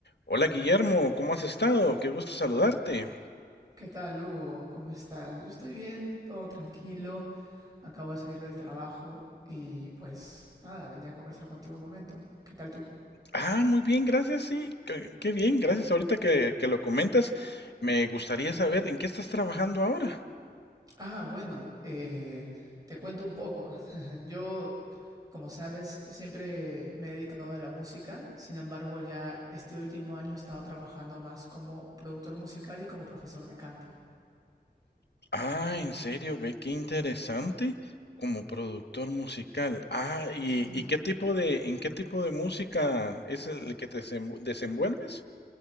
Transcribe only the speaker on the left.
Hola Guillermo, ¿cómo has estado? Qué gusto saludarte.
Ah, muy bien, gracias, sí, qué, qué bien, gracias. Ahorita que, que lo comentas, me gustaría saber en qué estás trabajando ahora.
Ah, en serio, ve qué interesante como productor musical. Ah, y,
y qué tipo de, ¿en qué tipo de música es el que te desenvu- desenvuelves?